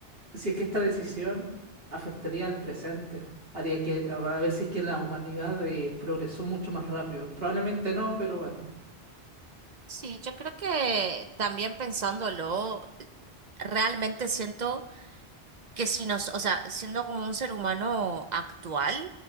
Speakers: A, on the right; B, on the right.
A: si es que esta decisión afectaría al presente, haría que, a ver si es que la humanidad eh, progresó mucho más rápido. Probablemente no, pero bueno.
B: Sí, yo creo que también pensándolo, realmente siento que si nos, o sea, siendo como un ser humano actual,